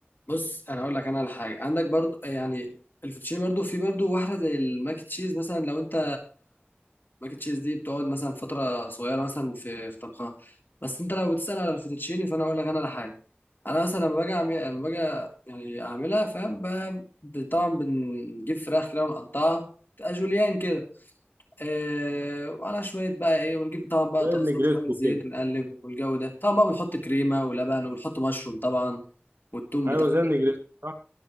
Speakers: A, on the left; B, on the right.
A: بص انا اقول لك انا على حاجه عندك برضو يعني الفوتوتشيني برضو في برضو واحده زي الماك تشيز مثلا لو انت ماك تشيز دي بتقعد مثلا فتره صغيره مثلا في في طبخها بس انت لو بتسال على الفوتوتشيني فانا اقول لك انا على حاجه انا مثلا لما باجي اعمل لما باجي يعني اعملها فاهم ب- طبعا بنجيب فراخ كده ونقطعها تبقى جوليان كده آه وعلى شويه بقى ايه ونجيب طبعا بقى
B: زي
A: طاسه
B: النجريسكو
A: وشويه زيت
B: كده
A: ونقلب والجو ده طبعا بقى بنحط كريمه ولبن وبنحط مشروم طبعا والثوم
B: ايوه
A: بتاع
B: زي النجريسكو صح